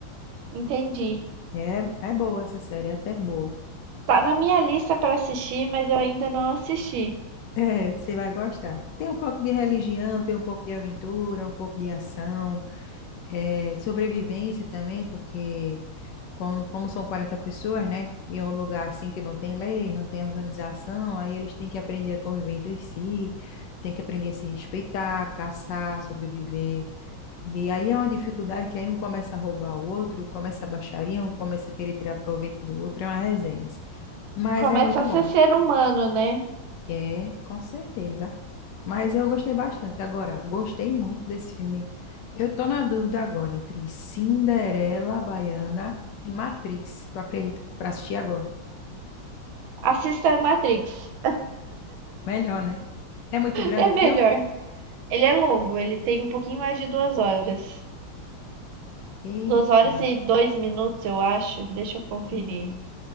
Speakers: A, on the right; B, on the left.
A: Entendi.
B: É, é boa essa série, é até boa.
A: Tá na minha lista para assistir, mas eu ainda não assisti.
B: É, você vai gostar. Tem um pouco de religião, tem um pouco de aventura, um pouco de ação, é, sobrevivência também, porque como, como são 40 pessoas, né? E é um lugar assim que não tem lei, não tem organização, aí eles têm que aprender a conviver entre si, têm que aprender a se respeitar, caçar, sobreviver. E aí é uma dificuldade que aí um começa a roubar o outro, começa a baixaria, um começa a querer tirar proveito do outro, é uma resenha. Mas
A: Começa
B: é muito
A: a ser
B: bom.
A: ser humano, né?
B: É, com certeza. Mas eu gostei bastante. Agora, gostei muito desse filme. Eu tô na dúvida agora entre Cinderela Baiana e Matrix. Tu acredita? Pra assistir agora.
A: Assista Matrix.
B: Melhor, né? É muito grande
A: É
B: o
A: melhor.
B: filme?
A: Ele é longo, ele tem um pouquinho mais de duas horas.
B: Eita.
A: Duas horas e dois minutos, eu acho. Deixa eu conferir.
B: Hum.